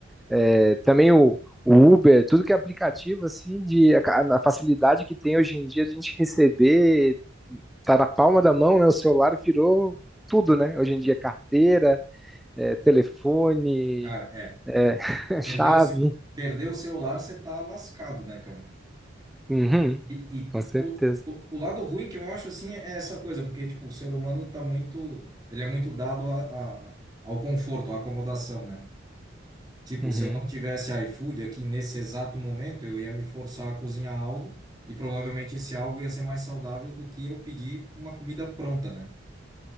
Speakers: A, in the centre; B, on the right.
A: é, também o, o Uber, tudo que é aplicativo, assim, de, a, a facilidade que tem hoje em dia de a gente receber, tá na palma da mão, né? O celular virou tudo, né? Hoje em dia, carteira, é, telefone,
B: cara, é,
A: é, <laughs> chave.
B: perdeu o, ce- perdeu o celular, você tá lascado, né, cara?
A: Uhum,
B: E,
A: com
B: e- e
A: certeza.
B: o, o, o lado ruim que eu acho, assim, é essa coisa, porque, tipo, o ser humano tá muito, ele é muito dado a, a- ao conforto, à acomodação, né? Tipo,
A: Uhum,
B: se eu não tivesse iFood aqui nesse exato momento, eu ia me forçar a cozinhar algo e provavelmente esse algo ia ser mais saudável do que eu pedir uma comida pronta, né?